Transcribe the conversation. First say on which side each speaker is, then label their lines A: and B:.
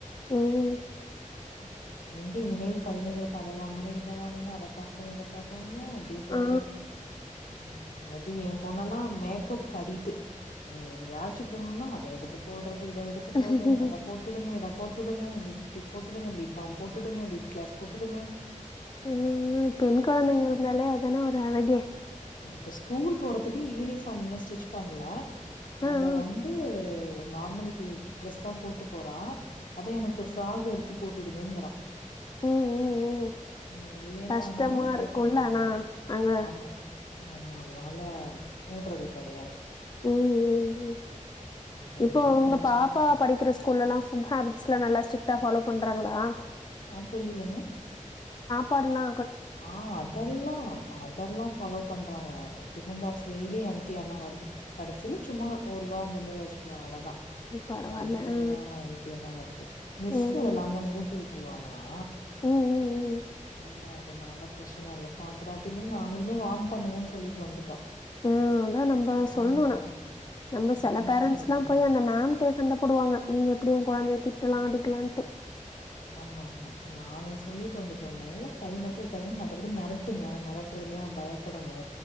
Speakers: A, on the left (about 35°); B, on the left (about 80°).
A: ம்
B: ம் எங்க இனிமேல் குழந்தைங்களுக்கு அத வாங்கணும் இத வாங்கணும் அத பாக்கணும் இத பாக்கணும் ம் அப்டியே போகுது
A: ஆ
B: ம் அதுவும் என் பொன்னல்லாம் மேக்கப் கடிக்ட்டு எங்கயாச்சும் போணும்னா அதை எடுத்து போடுறது இத எடுத்து
A: கரெக்ட்டு.
B: போது அத போட்டுங்க இத போட்டு வுடுங்க லிப்டிக் போட்டுங்க லிப் பாம் போட்டுங்க லிப் கிளாஸ் போட்டுங்க
A: ம் பெண் குழந்தைங்க இருந்தாலே அதானே ஒரு அழகே
B: இப்போ ஸ்கூல் போறதுக்கு யூனிஃபார்ம் இன்னும் ஸ்டிட்ச் பண்ணல
A: ஆ
B: அத
A: ஆ
B: வந்து நார்மலுக்கு ட்ரெஸ் தான் போட்டு போறா அத எனக்கு ஃபிராக் எடுத் து போட்டு வுடுங்ககிறா
A: ம் ம் ம்
B: ம் வியன்னாமானா
A: கஷ்டமா இருக்குல்ல
B: கேட்க மாட்டிங்கிறா
A: ஆனா அங்க
B: ஆமா ஆமா அதனால போட்றது கெடையாது
A: ம் ம் ம்
B: அதனால
A: இப்போ உங்க
B: ஃபேண்ட்
A: பாப்பா
B: ஷர்ட்டு
A: படிக்கிற ஸ்கூல்ல எல்லாம் ஃபுட் ஹேபிட்ஸ் எல்லாம் நல்லா ஸ்ட் ஃபாலோ பண்றாங்களா
B: ஆ புரியலங்க
A: பாடுலா
B: ஆ அதெல்லாம் அதெல்லாம் ஃபாலோ பண்றாங்க டிபன் பாக்ஸ் டெய்லி எம்டியா தான் வருது கடைசியில சும்மா ஒரு வா அந்த மாரி வச் அவ்ளோதான்
A: ம் பரவால்ல
B: மத்த படில்லாம்
A: ஆ
B: எம்டியா தான் வருது மிஸ்ஸு
A: ம் ம்
B: எல்லாம ஊட்டி வுட் ட்ரு வாங்கலா
A: ம் ம் ம்
B: ஆ அது அதனால பிரச்சன இல்ல சாப்பிடாட்டையுமே நாங்களுமே வான் பண்ணுங்கன்னு சொல்லிட்டு வந்துட்டோ
A: உஹம் அதான் நம்ம
B: இல்லனா
A: சொல்லணும்ன
B: நீங்க
A: ம் அதா நம்ம சொல்லுன்னு நம்ம சில
B: வான்
A: பேரன்ட்ஸ்ல்லா
B: பண்ணிடுங்க
A: போய் அந்த மேம்டே சண்ட போடுவாங்க நீங்க ப்பிடி ஏ கொழந்தைய திட்டலா அடிக்கலான்ட்டு
B: ஆமா ஆமா நாங்க சொல்லிட்டு வந்துட்டோமேல கை மட்டு வைக்காதீங்க மத்தபடி மெரட்டுங்க மெரட்டுறதுலயே அவ பயப்பட ட்டனு